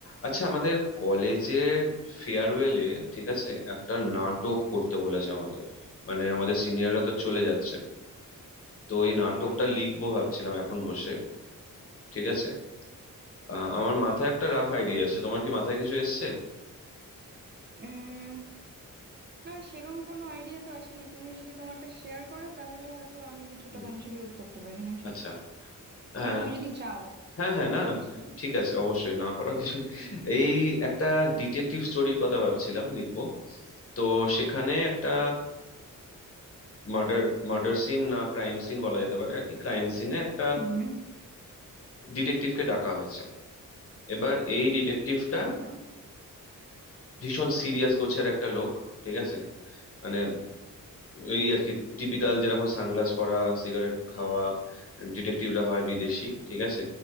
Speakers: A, on the left; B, on the right.
A: আচ্ছা আমাদের কলেজের ফেয়ারওয়েলে ঠিক আছে একটা নাটক করতে বলেছে আমাদের মানে আমাদের সিনিয়ররা তো চলে যাচ্ছে তো এই নাটকটা
B: হুম
A: লিখবো ভাবছিলাম এখন বসে ঠিক আছে আহ, আমার মাথায় একটা রাফ আইডিয়া এসেছে তোমার কি মাথায় কিছু এসছে
B: উম, না সেরম কোনো আইডিয়া তো আসেনি তুমি যদি তোমারটা শেয়ার করো তাহলে হয়তো আমি কিছুটা
A: হুম
B: কন্ট্রিবিউট করতে পারি নাকি
A: আচ্ছা হ্যাঁ
B: মানে তুমি যদি চাও
A: হ্যাঁ হ্যাঁ না
B: অবভিয়াসলি
A: না ঠিক আছে অবশ্যই না করার কিছু <laughs> এই একটা ডিটেকটিভ স্টোরির কথা ভাবছিলাম লিখবো তো সেখানে একটা মার্ডার মার্ডার সিন না ক্রাইম সিন বলা যেতে পারে আর কি ক্রাইম সিনে একটা
B: হুম
A: ডিটেকটিভকে ডাকা হয়েছে এবার এই ডিটেকটিভটা
B: ওকে
A: ভীষণ সিরিয়াস গোছের একটা লোক ঠিক আছে মানে এই আর কি টিপিক্যাল যেরকম সানগ্লাস পরা সিগারেট খাওয়া ডিটেকটিভরা হয় বিদেশি ঠিক আছে